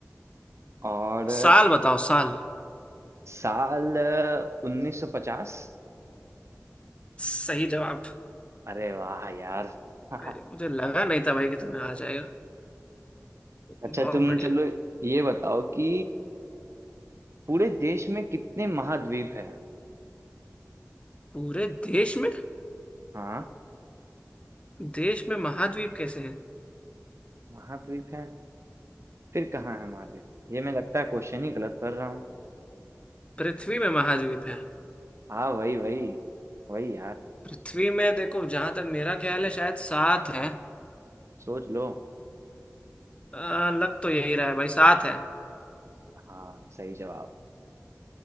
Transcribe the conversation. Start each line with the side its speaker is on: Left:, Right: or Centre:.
Right: और
Left: साल बताओ साल
Right: साल उन्नीस सौ पचास
Left: सही जवाब
Right: अरे वाह यार <laughs>
Left: अरे, मुझे लगा नहीं था भाई कि तुम्हें आ जाएगा
Right: अच्छा
Left: बहुत
Right: तुम
Left: बढ़िया
Right: चलो ये बताओ कि पूरे देश में कितने महाद्वीप है
Left: पूरे देश में
Right: हाँ
Left: देश में महाद्वीप कैसे हैं
Right: महाद्वीप है फिर कहाँ है महाद्वीप ये मैं लगता है क्वेश्चन ही गलत पढ़ रहा हूँ
Left: पृथ्वी में महाद्वीप है
Right: हाँ वही वही वही यार
Left: पृथ्वी में देखो जहां तक मेरा ख्याल है शायद सात है
Right: सोच लो
Left: आ, लग तो यही रहा है भाई सात है
Right: हाँ सही जवाब